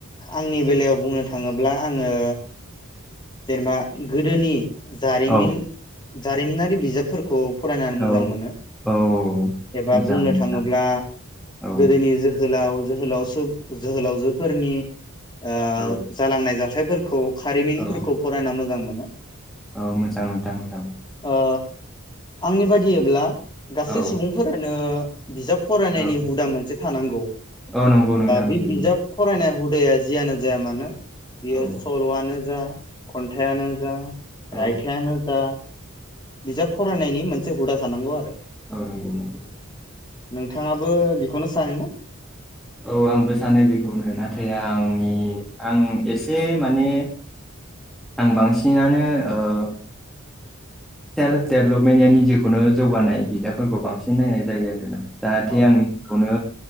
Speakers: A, on the left; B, in the centre.
A: आंनि बेलायाव बुंनो थाङोब्ला आङो जेनेबा गोदोनि जारिमिन
B: औ
A: जारिमिनारि बिजाबफोरखौ फरायनानै मोजां
B: औ
A: मोनो
B: औ
A: एबा
B: मोजां
A: बुंनो
B: नोंथां
A: थाङोब्ला
B: औ
A: गोदोनि जोहोलाव जोहोलाव सो जोहोलावजोफोरनि ओ
B: औ
A: जालांनाय जाथायफोर खौ खारिमिनफोर
B: औ
A: फरायना मोजां मोनो।
B: औ मोजां नोथां मोजां।
A: ओ आंनि बादियैब्ला गासै
B: औ
A: सुबुंफोरानो बिजाब फरायनायनि
B: औ
A: हुदा मोनसे थानांगौ
B: औ नंगौ नोंथां
A: बे
B: नंगौ
A: बिजाब फरायनाय हु <unintelligible> जियानो जाया मानो बियो
B: औ
A: सल'आनो जा खन्थायानो जा
B: औ
A: रायथायानो जा बिजाब फरायनायनि मोनसे हुदा थानांगौ आरो।
B: औ नंगौ नंगौ।
A: नोंथाङाबो बेखौनो सानोना?
B: औ आंबो सानो बेखौनो नाथाय आंनि आं एसे माने आं बांसिनानो ओ सेल्फ डेभेलपमेन्टनि जेखुनु जौगानाय बिजाबफोरखौ बांसिन नायनाय जायो आरो ना। जाहाथे
A: औ
B: आंनि खौनो